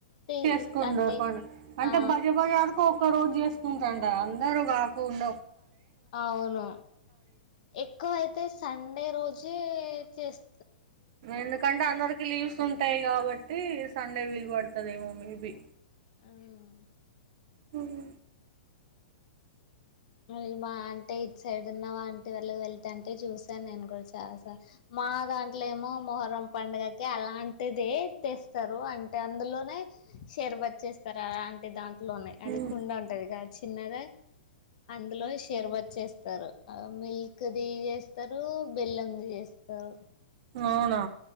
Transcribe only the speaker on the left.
తీ
అంటే
ఆ
అవును ఎక్కువ అయితే సండే రోజే చేస్
ఆ
<unintelligible> మా అంటే ఇటు సైడ్ ఉన్న ఆంటి వాళ్ళు వెళ్త అంటే చూసాను నేను కూడా చాలా సార్లు మా దాంట్లో ఏమో మొహరం పండుగకి అలాంటిదే తెస్తారు అంటే అందులోనే షరవత్ చేస్తారు అలాంటి దాంట్లోనే అది
కుండ ఉంటదిగా చిన్నాద అందులో షేర్వత్ చేస్ స్తారు మిల్క్ ది చేస్తారు బెల్లంది చేస్తారు